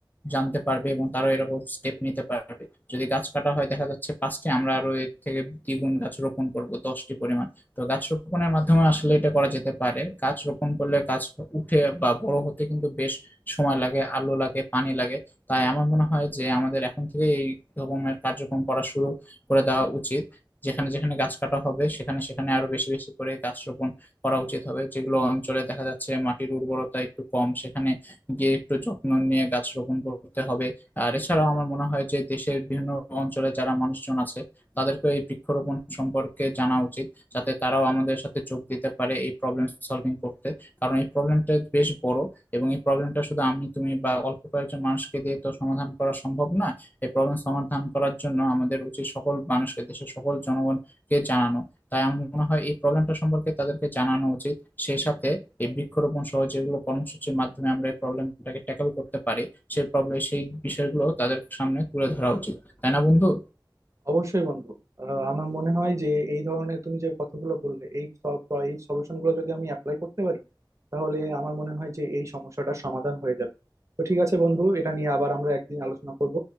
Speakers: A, on the left; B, on the right.
A: জানতে পারবে এবং তারাও এরকম স্টেপ নিতে পারবে যদি গাছ কাটা হয় দেখা যাচ্ছে পাঁচটি আমরা আরো এর থেকে দ্বিগুণ গাছ রোপণ করব দশটি পরিমাণ তো গাছ রোপণের মাধ্যমে আসলে এটা করা যেতে পারে গাছ রোপণ করলে গাছ উঠে বা বড় হতে কিন্তু বেশ সময় লাগে আলো লাগে পানি লাগে তাই আমার মনে হয় যে আমাদের এখন থেকে এই রকমের কার্যক্রম করা শুরু করে দেওয়া উচিত যেখানে যেখানে গাছ কাটা হবে সেখানে সেখানে আরো বেশি বেশি করে গাছ রোপণ করা উচিত হবে যেগুলো অঞ্চলে দেখা যাচ্ছে মাটির উর্বরতা একটু কম সেখানে গিয়ে একটু যত্ন নিয়ে গাছ রোপণ করতে হবে আর এছাড়াও আমার মনে হয় যে দেশের বিভিন্ন অঞ্চলে যারা মানুষজন আছে তাদেরকে এই বৃক্ষরোপণ সম্পর্কে জানা উচিত যাতে তারাও আমাদের সাথে যোগ দিতে পারে এই প্রবলেম সলভিং করতে কারণ এই প্রবলেমটা বেশ বড় এবং এই প্রবলেমটা শুধু আমি তুমি বা অল্প কয়েকজন মানুষকে দিয়ে তো সমাধান করা সম্ভব না এই প্রবলেম সমাধান করার জন্য আমাদের উচিত সকল মানুষকে দেশের সকল জনগণকে জানানো তাই আমার মনে হয় এই প্রবলেমটা সম্পর্কে তাদেরকে জানানো উচিত সেই সাথে এই বৃক্ষরোপণ সহ যেগুলো কর্মসূচির মাধ্যমে আমরা এই প্রবলেমটাকে ট্যাকল করতে পারি সেই প্রবলেম সেই বিষয়গুলো তাদের সামনে তুলে ধরা উচিত তাই না বন্ধু
B: অবশ্যই বন্ধু আহ, আমার মনে হয় যে এই ধরনের তুমি যে কথাগুলো বললে এই সব এই সলিউশন গুলো যদি আমি অ্যাপ্লাই করতে পারি তাহলে আমার মনে হয় যে এই সমস্যাটার সমাধান হয়ে যাবে তো ঠিক আছে বন্ধু এটা নিয়ে আবার আমরা একদিন আলোচনা করব